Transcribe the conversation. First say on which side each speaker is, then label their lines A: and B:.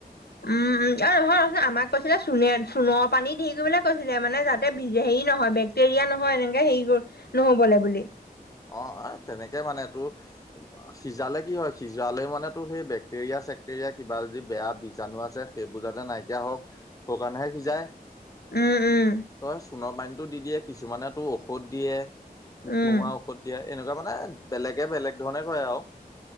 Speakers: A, on the left; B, on the left.
A: উম উম। অ নহয় ৰচোন আমাক কৈছিলে চোণে চোণ পানী ধেৰি কৰিবলে কৈছিলে মানে যাতে ভিজে হেৰি নহয় বেগ- তেৰিয়া নহয় এনেকে হেৰি কৰ নহ'বলৈ বুলি।
B: অ তেনেকে মানে টো। সিজালে কি হয় সিজালে মানেতো সেই বেক্টেৰিয়া চেক্টেৰিয়া কিবা যদি বেয়া বীজাণু আছে। সেইবোৰজাতে নাইকিয়া হওক সোৰ কাৰণেহে সিজাই।
A: উম উম
B: তই চোণৰ পানীতটো দি দিয়ে কিছুমানে তটো ঔষধ দিয়ে। মোক
A: উম
B: নোহোৱা ঔষধ দিয়া এনেকুৱা মানে বেলেগে বেলেগ ধৰণে কৰে আৰু।